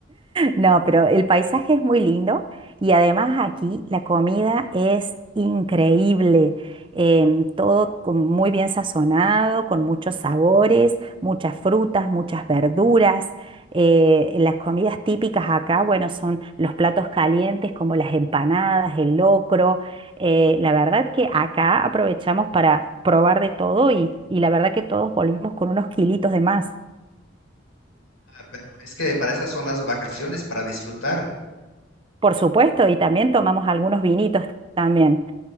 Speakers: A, on the right; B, on the left.
A: No, pero el paisaje es muy lindo y además aquí la comida es increíble. Em, todo con- muy bien sazonado, con muchos sabores, muchas frutas, muchas verduras. Eh, las comidas típicas acá, bueno, son los platos calientes como las empanadas, el locro. Eh, la verdad que acá aprovechamos para probar de todo y, y la verdad que todos volvimos con unos kilitos de más.
B: Ah, pero es que para esas son las vacaciones, para disfrutar.
A: Por supuesto, y también tomamos algunos vinitos también.